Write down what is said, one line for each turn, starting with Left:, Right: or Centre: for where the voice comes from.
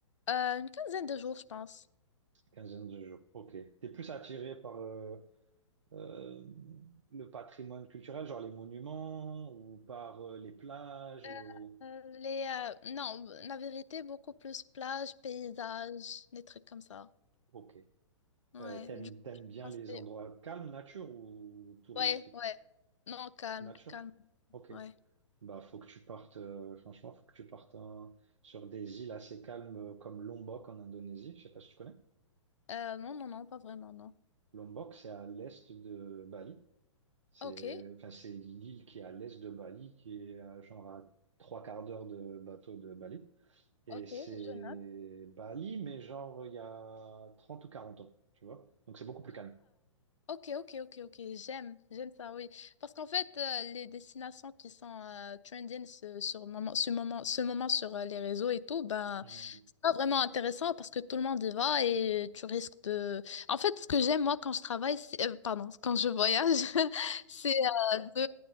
Left: Euh, une quinzaine de jours, je pense.
Right: Quinzaine de jours. Ok. T'es plus attiré par euh, euh, le patrimoine culturel, genre les monuments, ou par euh, les plages,
Left: Euh,
Right: ou...
Left: euh, les, euh, non, la vérité, beaucoup plus plage, paysage, des trucs comme ça.
Right: Ok.
Left: Ouais,
Right: Euh, t'aimes,
Left: du coup,
Right: t'aimes
Left: je
Right: bien
Left: conseille-
Right: les endroits calmes, nature ou touristiques?
Left: Ouais, ouais. Non, calme,
Right: Nature?
Left: calme.
Right: Ok.
Left: Ouais.
Right: Bah, faut que tu partes, euh, franchement, faut que tu partes hein, sur des îles assez calmes euh, comme Lombok en Indonésie. Je sais pas si tu connais.
Left: Euh, non, non, non, pas vraiment, non.
Right: Lombok, c'est à l'est de Bali. C'est
Left: Ok,
Right: enfin, c'est l'île qui est à l'est de Bali, qui est à, genre à trois quarts d'heure de bateau de Bali. Et
Left: ok,
Right: c'est
Left: je note.
Right: Bali, mais genre il y a 30 ou 40 ans, tu vois. Donc c'est beaucoup plus calme.
Left: Ok, ok, ok, ok, j'aime, j'aime ça, oui. Parce qu'en fait, euh, les destinations qui sont euh, trending ce- sur moment, ce moment, ce moment sur euh, les réseaux et tout, ben,
Right: Hmm.
Left: c'est pas vraiment intéressant parce que tout le monde y va et tu risques de... En fait, ce que j'aime, moi, quand je travaille, c'est- euh, pardon, <laughs> quand je voyage, <laughs> c'est euh, de...